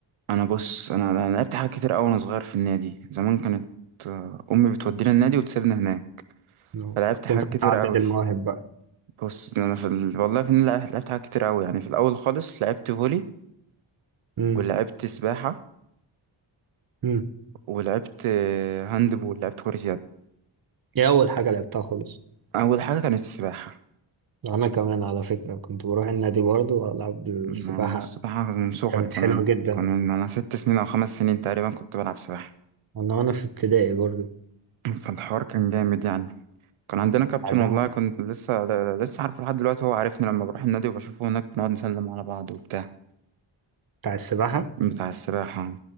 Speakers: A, on the right; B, on the right.
A: انا بص انا انا لعبت حاجات كتير قوي وانا صغير في النادي زمان كانت آه، امي بتودينا النادي وتسيبنا هناك
B: نعم.
A: فلعبت
B: كنت
A: حاجات
B: أنت
A: كتير
B: متعدد
A: قوي
B: المواهب بقى
A: بص انا في ال... والله في النادي لعبت حاجات كتير قوي يعني في الاول خالص لعبت فولي
B: امم
A: ولعبت سباحة
B: امم
A: ولعبت آه، هاند بول لعبت كرة يد
B: إيه أول حاجة لعبتها خالص؟
A: اول حاجة كانت السباحة
B: أنا كمان على فكرة كنت بروح النادي برضه وألعب السباحة
A: أنا السباحة من صغري
B: كانت
A: كمان
B: حلوة جدا
A: كان من أنا ست سنين أو خمس سنين تقريبا كنت بلعب سباحة
B: وأنا وأنا في ابتدائي برضه
A: فالحوار كان جامد يعني كان عندنا كابتن
B: بعدها
A: والله كنت لسه لسه عارفه لحد دلوقتي هو عارفني لما بروح النادي وبشوفه هناك بنقعد نسلم على بعض وبتاع
B: بتاع السباحة
A: بتاع السباحة